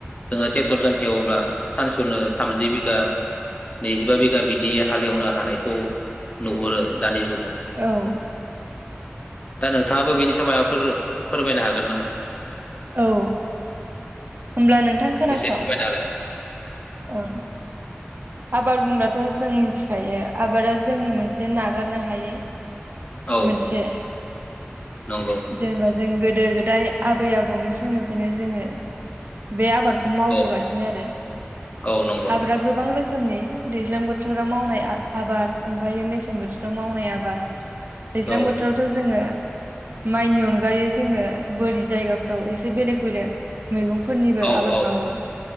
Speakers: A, on the left; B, on the right.
A: जोंङो टेक्टरजों एवब्ला सानसेयावनो थामजि बिगा नैजिबा बिगा बिदि हाल एवनो हानायखौ नुहरो दानि जुगाव।
B: औ
A: दा नोंथाङाबो बेनि सायाव माबाफोर फोरमायनो हागोन नामा।
B: औ होमब्ला नोंथां खोनासं
A: एसे फोरमायना होलाय
B: औ आबाद बुंब्लाथ' जों मिथिखायो आबादा जोंनि मोन से नागारनो हायै
A: औ
B: मोनसे
A: नंगौ
B: जेनेबा जों गोदो-गोदाय आबै आबौनि समनिफायनो जोंङो बे आबाद खौ मावबोगासिनो
A: औ
B: आरो
A: औ नंगौ
B: आबादआ गोबां रो खोमनि दैज्लां बोथोराव मावनाय आ-आबाद ओमफायो मेसें बोथोराव मावनाय आबाद <inaudible> दैज्लां
A: औ
B: बोथोरावथ' जोंङो माइनि अनगायै जोंङो बोरि जायगाफ्राव एसे बेलेग-बेलेग मैगंफोरनिबो
A: औ
B: आबाद
A: औ
B: मावो।